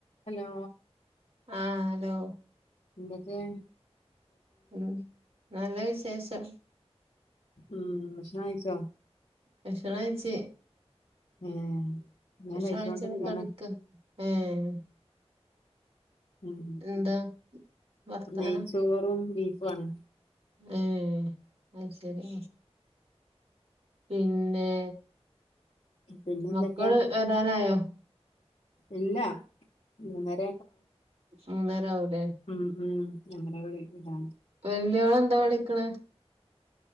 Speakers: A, on the left (about 70°); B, on the right (about 65°).
A: ഹലോ
B: ആഹ് ഹലോ
A: എന്തൊക്കെയാണ്
B: ഉം നല്ല വിശേഷം
A: ഉം ഭക്ഷണം കഴിച്ചോ?
B: ഭക്ഷണം കയ്ച്ചി
A: ഏഹ് ഞാൻ
B: ഭക്ഷണം
A: കഴിച്ചോണ്ട്ക്കാണ്
B: കൈച് കടക്ക ഏഹ്
A: ഉം
B: എന്താ വർത്താനം
A: നെയ്ച്ചോറും ബീഫും ആണ്
B: ഏഹ് അയി ശരി പിന്നെ
A: പിന്നെ എന്തൊക്കെയാ
B: മക്കള് വരാനായോ
A: ഇല്ല മൂന്നര
B: മൂന്നര ആവൂലേ
A: ഉം ഉം ഞങ്ങടെ അവിടെ ഇതാണ്
B: വല്ലിയോള് എന്താ പഠിക്കണേ